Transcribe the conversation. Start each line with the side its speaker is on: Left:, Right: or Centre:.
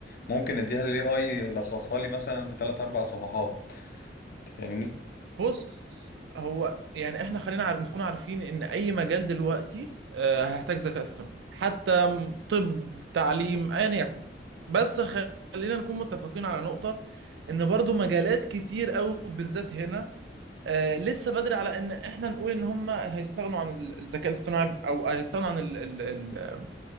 Left: ممكن أديها لل AI يلخصها لي مثلا في 3 4 صفحات أنت فاهمني؟
Right: بص هو يعني احنا خلينا عار... نكون عارفين ان اي مجال دلوقتي آه، هيحتاج ذكاء اصطناعي حتى م- طب تعليم ايا يكن بس خ- خلينا نكون متفقين على نقطة ان برضو مجالات كتير قوي بالذات هنا آه، لسه بدري على ان احنا نقول ان هم هيستغنوا عن ال- الذكاء الاصطناعي او هيستغنوا عن ال... ال... ال...